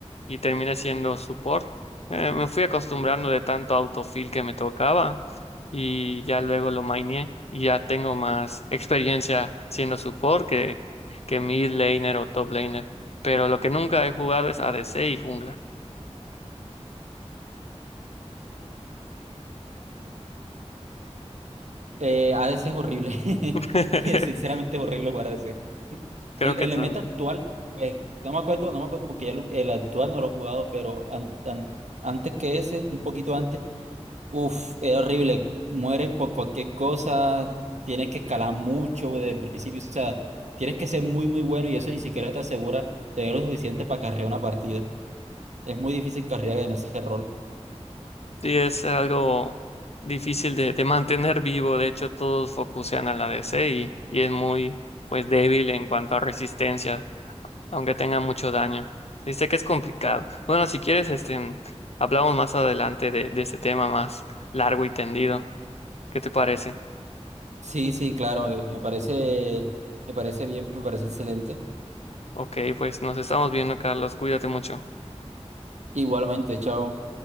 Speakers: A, on the left (about 65°); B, on the right (about 85°).
A: y terminé siendo support. Eh, me fui acostumbrando de tanto autofill que me tocaba y ya luego lo maineé y ya tengo más experiencia siendo support que, que mid laner o top laner. Pero lo que nunca he jugado es ADC y jungla.
B: Eh, ADC es horrible. <laughs>
A: <laughs>
B: Sinceramente es horrible jugar ADC.
A: Creo
B: En,
A: que
B: en
A: tam-
B: el meta actual, pues no me acuerdo, no me acuerdo porque ya lo- el actual no lo he jugado, pero an- an- antes que ese, un poquito antes. Uf, es horrible. Mueres por cualquier cosa, tienes que escalar mucho desde el principio. O sea, tienes que ser muy, muy bueno y eso ni siquiera te asegura tener lo suficiente para carrear una partida. Es muy difícil carrear en ese rol.
A: sí es algo difícil de, de mantener vivo. De hecho, todos focusean a la DC y, y es muy pues débil en cuanto a resistencia, aunque tenga mucho daño. Sí, sé que es complicado. Bueno, si quieres, este, hablamos más adelante de, de este tema más largo y tendido. ¿Qué te parece?
B: Sí, sí, claro, me, me parece, me parece bien, me parece excelente.
A: Ok, pues nos estamos viendo, Carlos. Cuídate mucho.
B: Igualmente, chao.